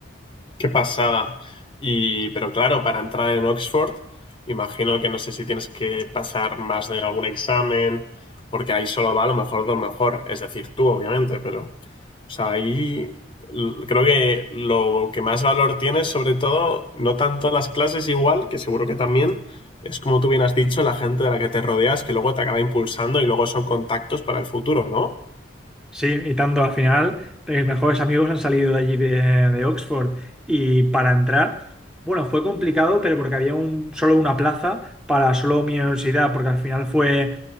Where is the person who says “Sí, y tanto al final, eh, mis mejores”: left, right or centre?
Centre